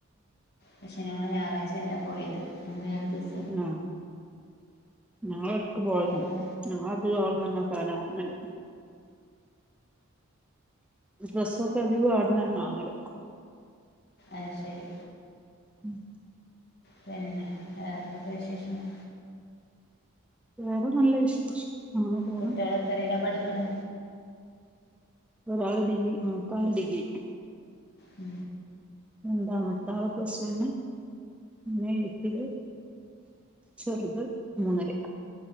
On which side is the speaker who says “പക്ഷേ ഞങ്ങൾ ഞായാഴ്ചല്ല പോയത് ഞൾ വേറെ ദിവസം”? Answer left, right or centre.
Left